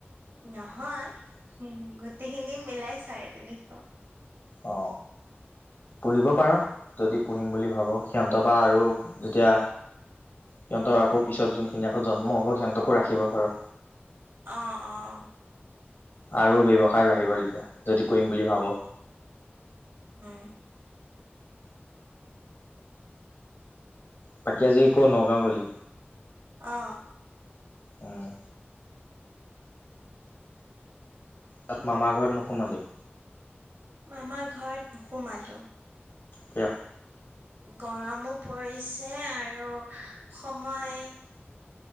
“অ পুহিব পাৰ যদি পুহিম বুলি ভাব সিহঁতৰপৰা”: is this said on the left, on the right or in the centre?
Left